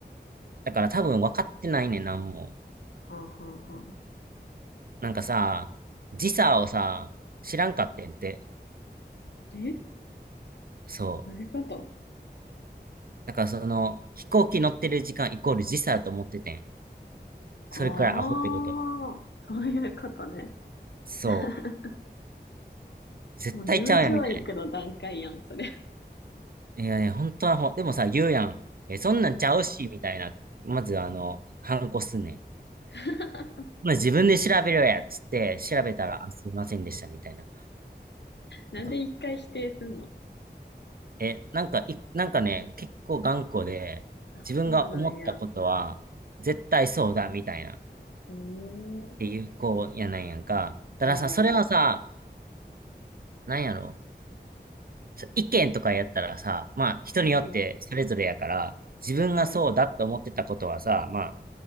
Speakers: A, on the right; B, on the left.
A: だから多分分かってないねん、なんも。
B: あはあはあ
A: なんかさ、時差をさ、知らんかってんって。
B: え
A: そう。
B: どういうこと
A: だからその、飛行機乗ってる時間イコール時差だと思っててん。
B: あ。
A: それくらいアホってこと。
B: あーそういうことね。
A: そう。
B: <laughs>
A: 絶対ちゃうやんみたいな。
B: もう義務教育の段階やん、それ。
A: いやね、本当はほ、でもさ、言うやん。え、そんなんちゃうし、
B: うん。
A: みたいな。まず、あの、反抗すんねん。
B: <laughs>
A: まあ、自分で調べろや、つって、調べたら、あ、すいませんでした、みたいな。
B: なんで一回否定すんの
A: なんかえ、なんか、い、なんかね、結構頑固で、
B: ああ、
A: 自分が思ったことは、
B: そうなんや。
A: 絶対そうだ、みたいな、っ
B: うーん。
A: ていう子やなんやんか。たださ、
B: ああ、
A: それはさ、なんやろちょ意見とかやったらさ、まあ、人によってそれぞれやから、
B: うん、
A: 自分がそうだって思ってたことはさ、
B: うん。
A: まあ、